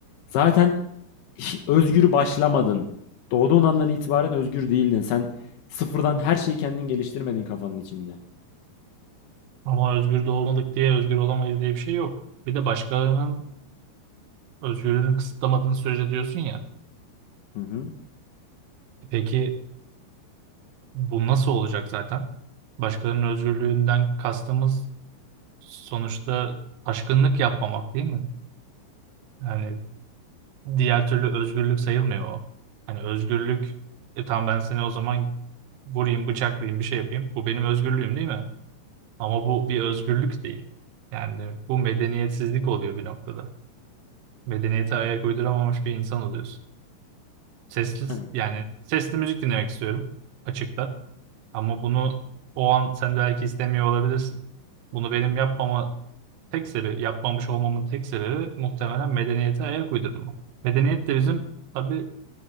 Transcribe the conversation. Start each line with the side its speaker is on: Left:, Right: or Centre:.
Left: Zaten hi- özgür başlamadın. Doğduğun andan itibaren özgür değildin. Sen sıfırdan her şeyi kendin geliştirmedin kafanın içinde.
Right: Ama özgür de olmadık diye özgür olamayız diye bir şey yok. Bir de başkalarının özgürlüğünü kısıtlamadığın sürece diyorsun ya.
Left: Hı hı.
Right: E Peki bu nasıl olacak zaten? Başkalarının özgürlüğünden kastımız sonuçta aşkınlık yapmamak değil mi? Yani Diğer türlü özgürlük sayılmıyor o. Hani özgürlük, e tamam ben seni o zaman vurayım, bıçaklayayım, bir şey yapayım. Bu benim özgürlüğüm değil mi? Ama bu bir özgürlük değil. Yani bu medeniyetsizlik oluyor bir noktada. Medeniyete ayak uyduramamış bir insan oluyorsun. Sesli,
Left: Evet.
Right: yani sesli müzik dinlemek istiyorum açıkta. Ama bunu o an sen belki istemiyor olabilirsin. Bunu benim yapmama tek sebebi, yapmamış olmamın tek sebebi muhtemelen medeniyete ayak uydurma. Medeniyet de bizim tabii